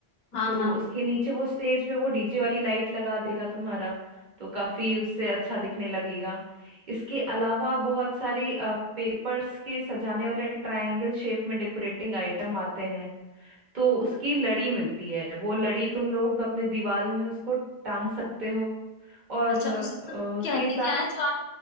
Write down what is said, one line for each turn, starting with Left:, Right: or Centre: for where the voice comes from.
Left: हाँ
Right: तो
Left: हाँ
Right: उसके नीचे वो स्टेज पे वो डीजे वाली लाइट लगा देगा तुम्हारा तो काफी उससे अच्छा दिखने लगेगा इसके अलावा बहुत सारे पेपर्स के सजाने वाले ट्रायंगल शेप में डेकोरेटिंग आइटम आते हैं तो उसकी लड़ी मिलती है वो लड़ी तुम लोग अपने दीवार में उसको टांग सकते हो और
Left: अच्छा उसे
Right: अ,
Left: मतलब
Right: उसके
Left: कहते
Right: साथ
Left: क्या है जो आप